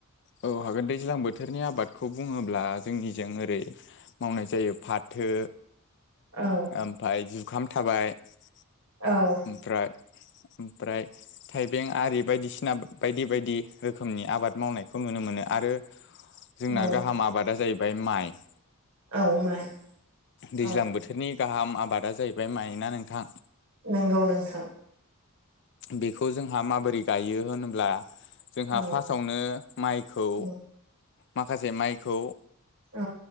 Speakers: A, on the left; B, on the right.
A: औ हागोन दैज्लां बोथोरनि आबादखौ बुङोब्ला जोंनिजों ओरै मावनाय जायो फाथो
B: औ
A: ओमफाय जुखाम थाबाय ।
B: औ
A: ओमफ्राय ओमफ्राय थाइबें आरि बायदिसिना बायदि बायदि रोखोमनि आबाद मावनायखौ नु नुनो मोनो आरो जोंना
B: औ
A: गाहाम आबादा जाहैबाय माइ।
B: औ माइ। औ
A: दैज्लां बोथोरनि गाहाम आबादा जाहैबाय माय नोंथां।
B: नोंगौ नोंथां
A: बेखौ जोंहा माबोरै गायो होनोब्ला जोंहा
B: औ
A: फासआवनो माइखौ
B: औ
A: माखासे माइखौ
B: औ